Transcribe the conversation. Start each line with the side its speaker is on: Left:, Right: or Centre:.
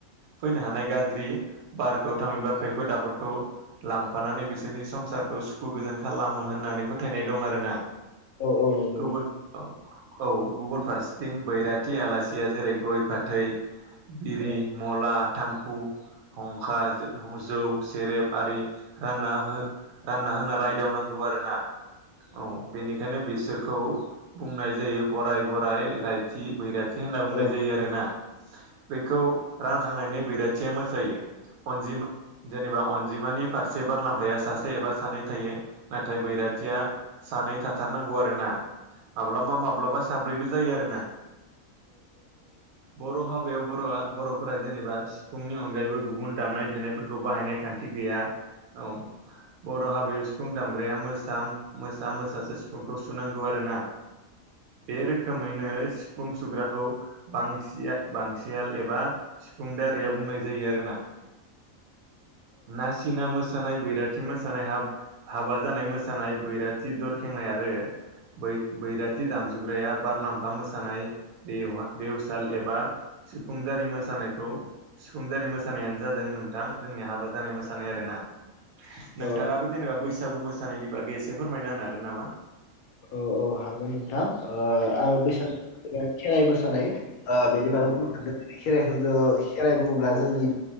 Right: फैनो हानाय गाज्रि बारखौ थामिनबा खै फोद होदाफोरखौ लांफानानै बिसोरनि संसारखौ सुखु गोजोन खालामो होननानै फोथायनाय दं आरोना
Left: औ नंगौ
Right: गुबुन
Left: नोंथां
Right: औ गुबुन फारसेथिं बैरा खाथि आलासिया जेरै गय, फाथै, बिरि,
Left: औ
Right: मला, थांखु हंखा जौ सेरेब आरि रानना हो रानना हो होना रायदावनांगौ। आरोना औ बेनिखायनो बिसोर खौ बुंनाय जायो बराय बराय रायथि बैराथि होनना
Left: औ
Right: बुंनाय जायो आरोना बेखौ रानखांनायनि बैराथिया मोसायो अनजिमा जेनेबा जिमानि फारसे बार लाम्फाया सासे एबा सानै थायो नाथाय बैरा नौ आरो ना माब्लाबा माब्लाबा साब्रैबो जायो आरो ना बर' हाब याव बर बर'फोरा जेनेबा सिफुंनि अनगायैबो गुबुन दामनाय देनायफोरखौ बाहायनाय नेखान्थि गैया औ बर' हाबायाव सिफुं दामग्राया मोसा मोसा मोसासो सिफुंखौ सुनांगौ आरोना बे रोखोमैनो सिफुं सुग्राखौ बांसिया बांसियाल एबा सिफुं दारिया बुंनाय जायो आरोना नासिना मोसानाय बै। बैराथि मोसानाय हाब हाबा जानाय मोसानाय बैराथि दरखेंनाय आरो। बै बैराथि दामजुग्राया बारलाम्फा मोसानाय बेयावब बै। साल एबा सिफुंदारि मोसानायखौ सिफुंदारि मोसानायानो जादों नों। थां जोंनि हाबा जानाय मोसानाय आरो ना
Left: औ
Right: नोंथाङाबो जेनेबा बैस। बैसागु मोसानायनि बागै एसे फोरमायना होनो हागोन नामा।
Left: औ औ हागोन नोंथां ओ आं बैसागु खेराइ मोसानाय ओ बेनि बागै
Right: औ
Left: बुंनो सदों खेराइखौ जोङो खेराइ बुङोब्ला
Right: औ
Left: जोंनि